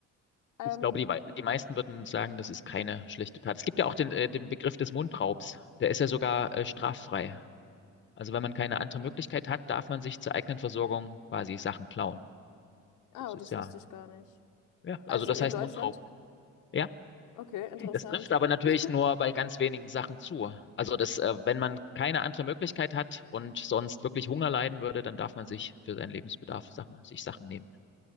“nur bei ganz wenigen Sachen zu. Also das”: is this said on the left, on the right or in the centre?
Left